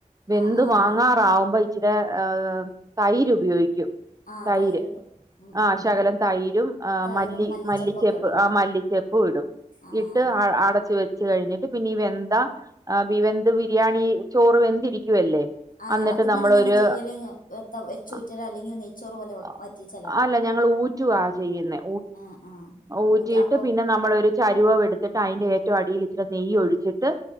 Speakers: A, on the right; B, on the left.
A: വെന്ത്
B: ആഹ് ആഹ്
A: വാങ്ങാ ആവുമ്പോ ഇച്ചിരേ ഏഹ് തൈര് ഉപയോഗിക്കും
B: ആഹ്
A: തൈര്
B: തൈരിടും ഉം
A: ആഹ്
B: ഉം
A: ശകലം തൈരും ആഹ്
B: തൈരും
A: മല്ലി
B: മല്ലിച്ചപ്പൊക്കെ
A: മല്ലിച്ചെപ്പ്
B: ഇടുല്ലേ
A: ആഹ് മല്ലിച്ചെ പ്പു ഇടും
B: ആഹ്
A: ഇട്ട് അ അടച്ചു വെച്ച് കഴിഞ്ഞിട്ട് പിന്നെ ഈ വെന്ത ആഹ് ബിവെന്ത് ബിരിയാണി ചോറ് വെന്തിരിക്കുവല്ലേ
B: ആഹ്
A: അന്നിട്ട്
B: അത് നിങ്ങളെങ്ങനെ
A: നമ്മളൊരു
B: ചെയ്യല് ത- വെച്ചൂറ്റലോ
A: അഹ്
B: അല്ലെങ്കിൽ നെയ്ച്ചോറ് പോലെ വ-
A: ഓ
B: വറ്റിച്ചലോ
A: അല്ല ഞങ്ങള് ഊറ്റുവാ ചെയ്യുന്നേ
B: ആഹ് ആഹ്
A: ഊറ്റിയിട്ട്
B: ഊറ്റ അപ്പം
A: പിന്നെ നമ്മളൊരു ചരുവ എടുത്തിട്ട് അതിന്റെ ഏറ്റവും അടിയിൽ ഇച്ചി നെയ്യ് ഒഴിച്ചിട്ട്